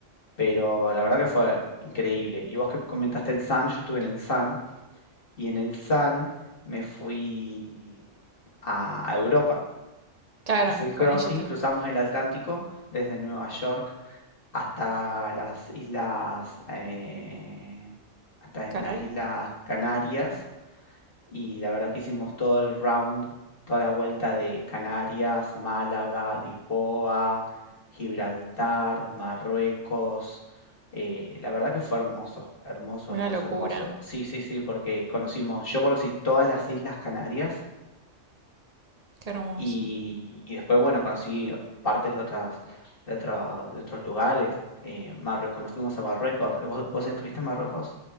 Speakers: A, on the left; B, on the right.
A: Pero la verdad que fue increíble. Y vos que comentaste el Sun, yo estuve en el Sun y en el Sun me fui a, a Europa.
B: Claro,
A: Hice el crossing,
B: con ellos tengo.
A: cruzamos el Atlántico desde Nueva York hasta las islas, eh, hasta
B: ¿Canarias?
A: las islas Canarias y la verdad que hicimos todo el round, toda la vuelta de Canarias, Málaga, Lisboa, Gibraltar, Marruecos. eh, la verdad que fue hermoso, hermoso,
B: Una
A: hermoso,
B: locura,
A: hermoso. Sí, sí, sí, porque conocimos, yo conocí todas las islas Canarias
B: qué hermoso.
A: y, y después, bueno, conocí partes de otras, de otra- de otros lugares. Eh, Marruecos, cuando fuimos a Marruecos, ¿vos, vos estuviste en Marruecos?